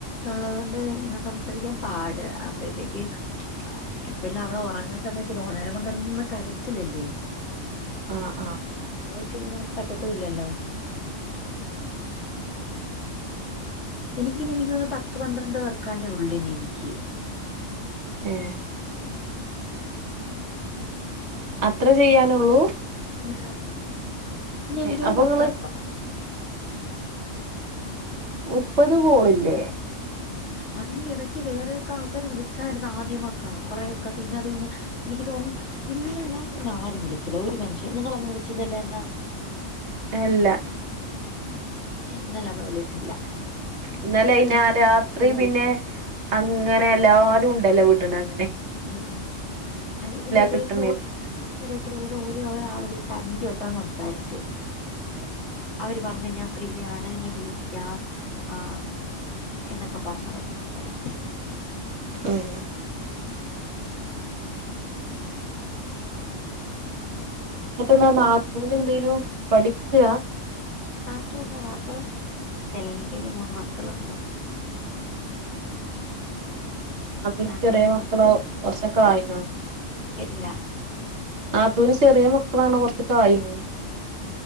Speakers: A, on the left; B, on the right.
A: തൊള്ളദൊണ്ട് ഇങ്ങന സംസാരിക്കാം പാട് അപ്പഴ്‌ത്തേക്ക് ഇപ്പലവള് ഒറങ്ങ്ന്ന സമയത്ത്ല് ഓണര്മ്പ കെടന്ന് കരച്ചില്ലല്ലേ
B: അഹ് ആഹ്
A: ഓവർ ടൈമി നമക്ക് പറ്റത്തു ഇല്ലല്ലോ എനിക്കിനി <unintelligible> പത്ത് പന്ത്രണ്ട് വർക്കാണ്ടെ ഉള്ള്നി എനിക്ക്
B: ഏഹ്
A: <inaudible>
B: അത്രെ ചെയ്യാനുള്ളൂ
A: ആഹ് പിന്നെ എനിക്കൊരു
B: ഏഹ് അപ്പൊ
A: പത്തണ്ടോ?
B: ഇങ്ങള് മുപ്പത് കോളില്ലേ?
A: അതിൽ ഇടക്ക് വേറെക്കെ ആൾക്കാര് വിളിച്ചാര്ന്ന് ആദ്യമൊക്ക കൊറെക്ക പിന്നത് കയ്ഞ്ഞ് എനിക്ക് തോന്ന്ന്ന് ഇന്നലെ എന്നാരും വിള്ച്ചില്ല ഒര് മനുഷ്യൻ നിങ്ങളൊന്നും വിളിച്ചില്ലല്ലോ എന്നാ?
B: അല്ല.
A: ഇന്നലെ അമ്മള് വിള്ച്ച്ല്ല.
B: ഇന്നലയ്ന ആ രാത്രി പിന്നെ അങ്ങനെ എല്ലാരുണ്ടല്ലോ വീട്ട്നങ്ങനെ
A: ഉം ഉം അയ് ഇതിന്റെടെ
B: കിട്ട്ണി
A: കൂട ഇ ത്‌ന്റടെ കൂടെ ഏതോ ഒരെ ഒരാള് വിള്ച്ച് അഞ്ച് വെട്ടോം സംസാരിച്ച്. അവര് പർഞ്ഞ് ഞാം ഫ്രീയാണ് ഞാ വിളിക്കാം ആ എന്നൊക്ക പർഞ്ഞവര് സംസാരിച്ച്.
B: ഉം എന്നിട്ടെന്ത നാത്തൂനെന്തെലും പഠിക്ക?
A: നാത്തൂ ന്ന് ആറ് കല്ലിങ്കയ്ഞ്ഞ് മൂന്ന് മക്കളുണ്ട്.
B: നാത്തൂന്
A: നാത്തൂന്റെ
B: ചെറ്യ മക്കള
A: മക്കൾ
B: കൊർച്ചൊക്കെ ആയിണ്.
A: കേട്ടില്ല
B: ആത്തൂന് ചെറ്യ മക്കളാണ് കൊർച്ചൊക്കായീണ്.